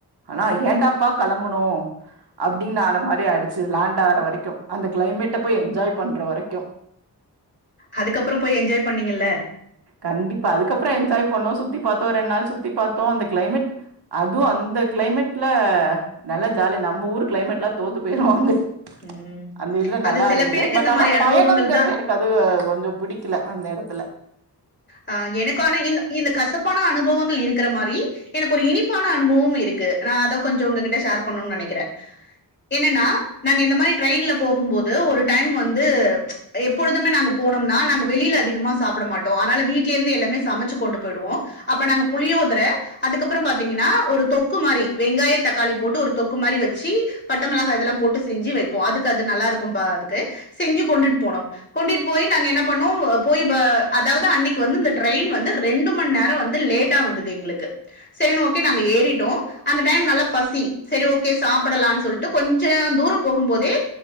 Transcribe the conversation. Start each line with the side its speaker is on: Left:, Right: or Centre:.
Right: ஆனா ஏண்டாப்பா கிளம்புனோ அப்டின்னு ஆன மாரி ஆயிடுச்சு லேண்ட் ஆற வரைக்கும் அந்த கிளைமேட்ட போய் என்ஜாய் பண்றவரைக்கு
Left: அதுக்கப்பறோ போய் என்ஜாய் பண்ணீங்கல்ல
Right: கண்டிப்பா அதுக்கப்பறம் என்ஜாய் பண்ணோ சுத்தி பார்த்தோ ரெண்டு நாள் சுத்தி பார்த்தோ அந்த கிளைமேட் அதுவும் அந்த கிளைமேட்ல நல்லா ஜாலியா நம்ம ஊரு கிளைமேட் எல்லா தோத்து போயிரும் அங்க
Left: ம்.
Right: அந்த இதுல
Left: அது
Right: நல்லா
Left: சில
Right: இருந்தது
Left: பேருக்கு
Right: பட்
Left: இந்த
Right: ஆனா
Left: மாதிரி அனுபவங்கள்
Right: பயணங்கிறது
Left: தான்
Right: எனக்கு அது அது கொஞ்சம் புடிக்கல அந்த இடத்து
Left: ஆஹ எனக்கு ஆனா இந்த இந்த கசப் பான அனுபவங்கள் இருக்கிற மாரி எனக்கு ஒரு இனிப்பான அனுபவம் இருக்கு நான் அத கொஞ்சம் உங்ககிட்ட ஷேர் பண்ணனு நெனைக் கிறே என்னன்னா நாங்க இந்த மாரி ட்ரெயின்ல போகும்போது ஒரு டைம் வந்து ம்ச் எப்பொழுதுமே நாங்க போ போனோம்னா நாங்க வெளியில அதிகமாக சாப்பிட மாட்டோ ஆனால வீட்டிலேந்து எல்லாமே சமைச்சு கொண்டு போயிடுவோம் அப்ப நாங்க புளியோதர அதுக்கப்புறம் பாத்தீங்கன் னா ஒரு தொக்கு மாரி வெங்காய தக்காளி போட்டு ஒரு தொக்கு மாதிரி வச்சு பட்டைமிளகா இதெல்லா போட்டு செஞ்சு வைப்போ அதுக்கு அது நல்லா இருக்கும்பா அதுக்கு செஞ்சு கொண்டுட்டு போனோம் கொண்டுட்டு போய் நாங்க என்ன பண்ணோம் போயிப் ப்ப அதாவது அன்னைக்கு வந்து இந்த ட்ரெயின் வந்து ரெண்டு மண் நேரம் வந்து லேட்டா வந்தது எங்ளுக்கு சரின்னு ஓகே நாங்க ஏறிட்டோ அந்த டைம் நல்லா பசி சரி ஓகே சாப்பிடலாம்னு சொல்லிட்டு கொஞ்சம் தூரம் போகும் போதே